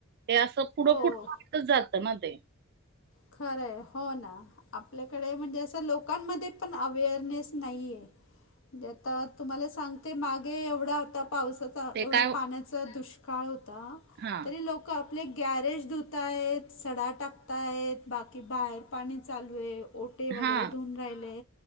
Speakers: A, on the right; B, on the left.
A: ते असं पुढ
B: हो.
A: पुढ, वाढतच जातं ना ते.
B: खरंय. हो, ना. आपल्याकडे म्हणजे असं लोकांमध्ये पण, अवेअरनेस नाहीये. म्हणजे आता तुम्हाला सांगते, मागे एवढा होता पावसात
A: ते
B: एवढा
A: काय
B: पाण्याचा दुष्काळ होता,
A: हा
B: तरी लोकं आप आपले गॅरेज धुत आहेत, सडा टाकताय आहेत. बाकी बाहेर पाणी चालू आहे, ओेटे वगैरे
A: हा
B: धूवून राहिले,